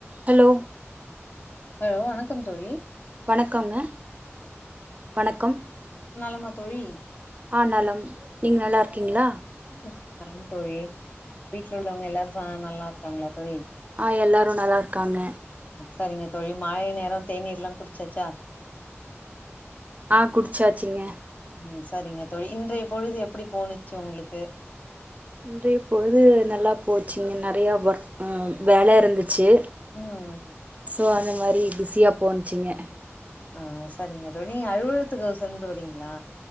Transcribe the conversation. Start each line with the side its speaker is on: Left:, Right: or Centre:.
Right: Hello
Left: hello வணக்கம் தோழி
Right: வணக்கம்ங்க வணக்கம்
Left: நலமா தோழி
Right: ஆ நலம் நீங்க நல்லா இருக்கீங்ளா
Left: ஆ நான் நலம் தோழி வீட்ல உள்ளவங்க எல்லாரும் ச நல்லா இர்க்காங்ளா தோழி
Right: ஆ எல்லாரு நல்லா இருக்காங்க
Left: சரிங்க தோழி மாலை நேரோ தேநீர் லா குடிச்சாச்சா
Right: ஆ குடிச்சாச்சிங்க
Left: ம் சரிங்க தோழி இன்றைய பொழுது எப்டி போணுச்சு உங்ளுக்கு
Right: இன்றைய பொழுது நல்லா போச்சுங்க நறைய வர்க் ம் வேல இருந்துச்சு
Left: ம்
Right: சோ அந்த மாரி பிஸியா போன்ச்சிங்க
Left: ஆ சரிங்க தோழி நீங்க அலுவத்துக்கு சென்று வரீங்களா